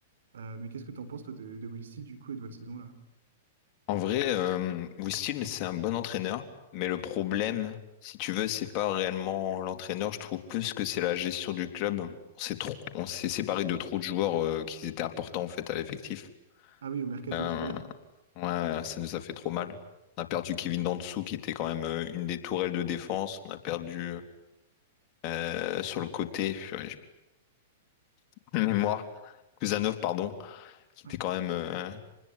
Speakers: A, on the right; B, on the left.
A: Euh, mais qu'est-ce que t'en penses, toi, de, de Will Steel, du coup, et de votre saison, là?
B: En vrai, euh, Wistil, c'est un bon entraîneur, mais le problème, si tu veux, c'est pas réellement l'entraîneur. Je trouve plus que c'est la gestion du club. On s'est trop, on s'est séparé de trop de joueurs euh, qui étaient importants en fait à l'effectif.
A: Ah oui, au mercato
B: Euh,
A: d'hiver.
B: Ouais, ça nous a fait trop mal. On a perdu Kevin Dantzou qui était quand même euh, une des tourelles de défense. On a perdu euh, sur le côté, purée, j'ai plus de <laughs> mémoire, Kuzanov, pardon, qui
A: Ouais.
B: était quand même euh,